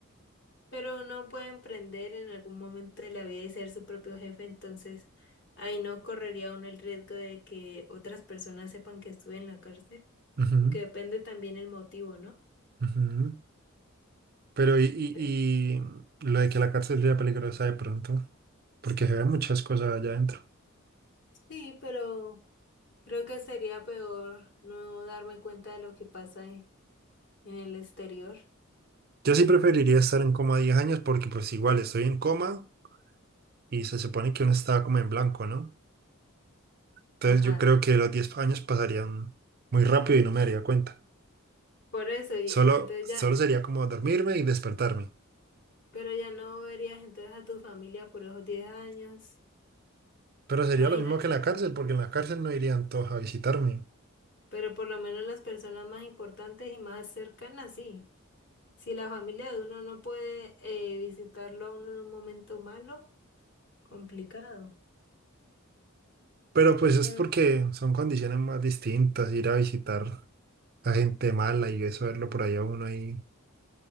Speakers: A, on the left; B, on the right.
A: pero uno puede emprender en algún momento de la vida y ser su propio jefe, entonces ahí no correría uno el riesgo de que otras personas sepan que estuve en la cárcel,
B: Ujú,
A: aunque depende también el motivo, ¿no?
B: ujú. Pero y, y,
A: Eh,
B: y lo de que la cárcel sea peligrosa de pronto, porque se ven muchas cosas allá adentro.
A: Sí, pero... Creo que sería peor no darme cuenta de lo que pasa en en el exterior.
B: Yo sí preferiría estar en coma 10 años porque pues igual estoy en coma y se supone que uno estaba como en blanco, ¿no? Entonces
A: Ajá.
B: yo creo que los 10 años pasarían muy rápido y no me daría cuenta.
A: Por eso, y,
B: Solo,
A: pero entonces
B: solo
A: ya,
B: sería como dormirme y despertarme.
A: pero ya no verías entonces a tu familia por esos 10 años.
B: Pero sería
A: Imagina,
B: lo mismo que en la cárcel, porque en la cárcel no irían todos a visitarme.
A: pero por lo menos las personas más importantes y más cercanas, sí. Si la familia de uno no puede eh, visitarlo a uno en un momento malo, complicado.
B: Pero pues es
A: Pero
B: porque son condiciones más distintas, ir a visitar a gente mala y eso verlo por ahí a uno ahí